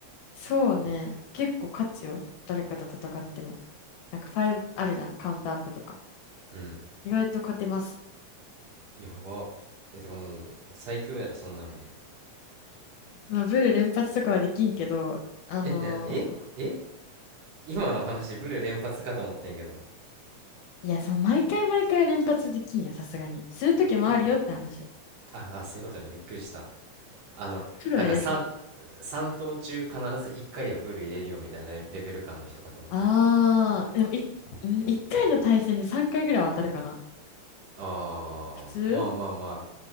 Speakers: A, on the left; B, on the right.
A: そうね。結構勝つよ。誰かと戦っても。なんか5あるじゃん。カウンターアップとか。
B: うん
A: 意外と勝てます。
B: やばえとかもう最強やろそんなもん
A: そのブル連発とかはできんけど、あのー
B: ええええ今の話ブル連発かと思ってんけど
A: いや、その毎回毎回連発できんや、さすがに。するときもあるよって話。
B: えああそういうことねびっくりしたあのなんか
A: プロやですね。
B: 3, 3投中必ず1回はブル入れるよみたいなレレベル感の人かと思った
A: あー、でもい、うん1回の対戦で3回ぐらいは当たるかな。
B: ああ、
A: 普通
B: まあまあまあ。